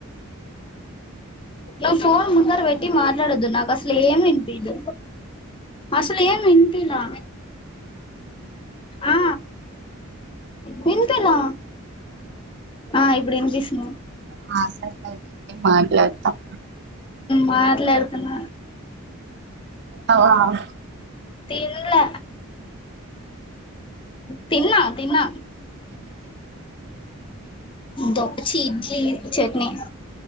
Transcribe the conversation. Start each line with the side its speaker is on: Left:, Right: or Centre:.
Left: ఇట్లా ఫోన్ ముందర పెట్టి మాట్లాడొద్దు నాకు అసలు ఏమి వినిపీదు. అసలు ఏం విన్పీలా ఆ విన్పీలా ఆ ఇబుడు వినిపిస్తుం
Right: మాట్లాడితే మట్లాడతాం
Left: మాట్లాడుతున్న
Right: అవునా
Left: తిన్లా తిన్నా తిన్నా దొప్ ఛీ ఇడ్లీ చట్నీ